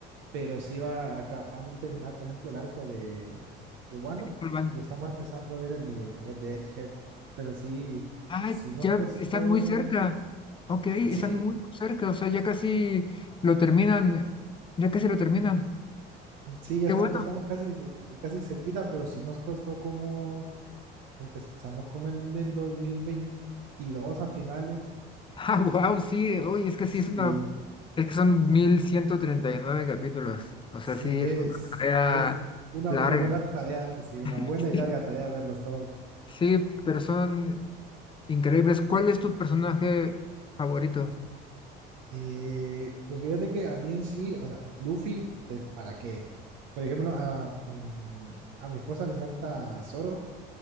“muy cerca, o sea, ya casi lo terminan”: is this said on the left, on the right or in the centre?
Left